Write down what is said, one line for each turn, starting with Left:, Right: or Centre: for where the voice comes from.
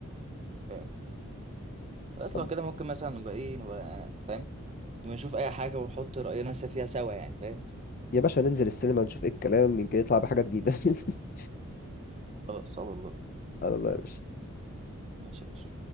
Right: بي- خلاص
Left: طب
Right: لو كده ممكن مثلا نبقى ايه نبقى فاهم نبقى نشوف اي حاجة ونحط رأينا فيها سوا يعني فاهم
Left: يا باشا ننزل السينما نشوف ايه الكلام يمكن يطلع بحاجه جديده <laughs>
Right: خلاص على الله
Left: على الله يا باشا
Right: ماشي يا باشا